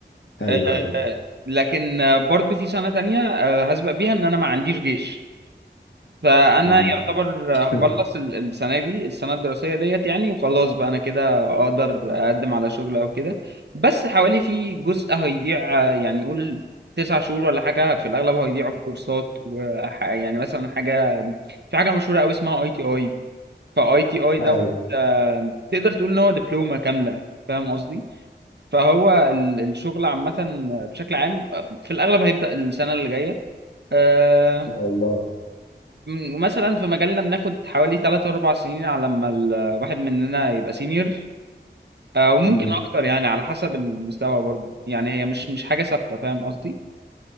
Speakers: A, on the left; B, on the right.
A: ايوه
B: آه
A: ايوه
B: لكن آه، برضو في سنه تانية آه هسبق بيها ان انا ما عنديش جيش فانا
A: مم.
B: يعتبر هخلص
A: <laughs>
B: ال- السنه دي السنه الدراسيه ديت يعني وخلاص بقى انا كده اقدر اقدم على شغل او كده بس حوالي في جزء هيضيع آه، يعني قول تسع شهور ولا حاجه في الاغلب هيضيعوا في كورسات وح يعني مثلا حاجه في حاجه مشهوره قوي اسمها اي تي اي فاي تي اي دوت
A: ايوه
B: آه، تقدر تقول ان هو دبلومه كامله فاهم قصدي فهو ال- الشغل عامه بشكل عام آه، في الاغلب هيبدا السنه اللي جايه آه،
A: ان شاء الله
B: م- مثلا في مجالنا بناخد حوالي 3 4 سنين على لما الواحد مننا يبقى سينيور آه، وممكن
A: مم.
B: اكتر يعني على حسب المستوى برضو يعني هي مش مش حاجة ثابتة فاهم قصدي